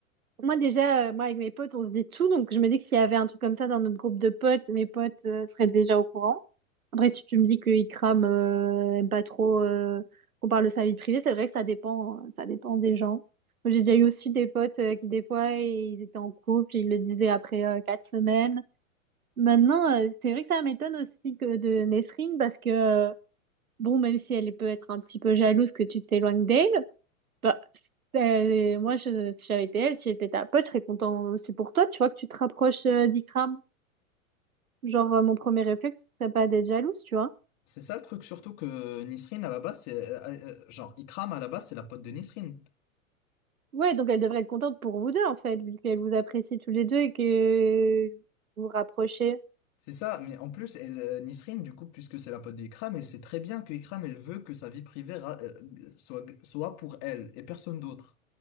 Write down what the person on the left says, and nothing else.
C'est ça le truc, surtout que Nisrine, à la base, c'est. euh, euh, genre, Ikram, à la base, c'est la pote de Nisrine.
C'est ça, mais en plus, elle, euh, Nisrine, du coup, puisque c'est la pote d'Ikram, elle sait très bien que Ikram, elle veut que sa vie privée ra- euh, soit, soit pour elle et personne d'autre.